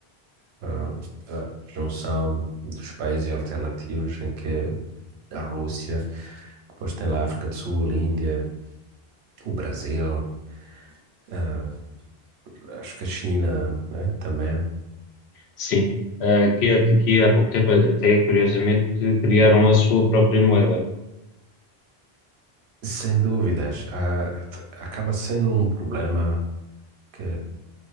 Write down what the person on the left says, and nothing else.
Sim. Uh, que, há- que há pouco tempo até, curiosamente, criaram a sua própria moeda.